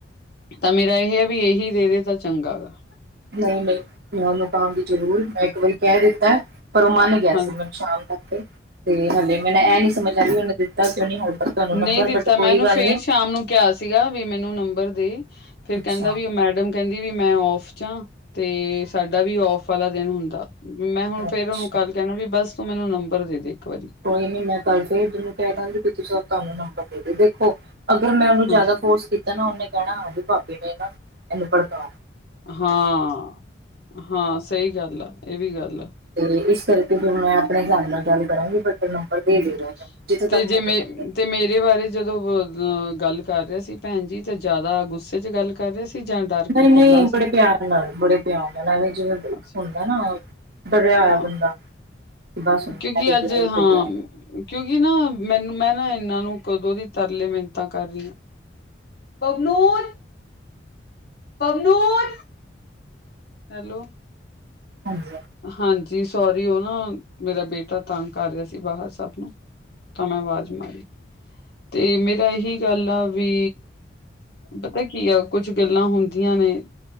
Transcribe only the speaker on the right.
ਨਹੀਂ ਨਹੀਂ ਮੈਂ ਉਹਨੂੰ ਕਹਾਂਗੀ ਜ਼ਰੂਰ ਮੈਂ ਇੱਕ ਵਾਰੀ ਕਹਿ ਦਿੱਤਾ ਪਰ ਉਹ ਮਨ ਗਿਆ
ਸੀ ਮੈਨੂੰ ਸ਼ਾਮ ਤ ਤੇ ਹਾਲੇ ਮੈਨ ਇਹ ਨੀ ਸਮਝ ਆ ਵੀ ਮਨੂੰ ਦਿੱਤਾ ਕਿ ਕਿਉਂ ਨਹੀਂ ਹਲੇ ਤੱਕ ਤੁਹਾਨੂੰ
ਨੰਬਰ
ਬਟ
ਕੋਈ
ਗੱਲ
ਨੀ
ਅੱਛਾ
ਅੱਛਾ
ਕੋਈ ਨੀ ਮੈਂ ਕੱਲ ਫਿਰ ਉਹਨੂੰ ਕਹਿ ਤਾ ਕਿ ਤੁਹਾਨੂੰ ਨੰਬਰ ਦੇ ਦੋ ਦੇਖੋ ਅਗਰ ਮੈਂ ਉਹਨੂੰ ਜ਼ਿਆਦਾ
ਫੋਰਸ ਕੀਤਾ ਨਾ ਉਹਨੇ ਕਹਿਣਾ ਹਾਂਜੀ ਭਾਬੀ ਨੇ ਨਾ ਇਹਨੂੰ ਭੜਕਾਓ
ਤੇ ਇਸ ਕਰਕੇ ਫਿਰ ਮੈਂ ਆਪਣੇ ਹਿਸਾਬ ਨਾਲ ਗੱਲ ਕਰਾਂਗੀ ਬਟ ਨੰਬਰ ਦੇ
ਦੇਗਾ ਜਿੱਥੇ ਤੱਕ
ਮੈਨੂੰ
ਲੱਗਦਾ
ਨਹੀਂ
-ਨਹੀਂ
ਬੜੇ ਪਿਆਰ ਨਾਲ ਬੜੇ ਪਿਆਰ ਨਾਲ ਐਵੇਂ ਜਿਵੇਂ
ਹੁੰਦਾ ਨਾ ਡਰਿਆ ਹੋਇਆ
ਬੰਦਾ ਬੱਸ ਇਹ
ਤਾਂ
ਗਿਆ ਹੀ
ਤੇ ਗਿਆ
ਹਾਂਜੀ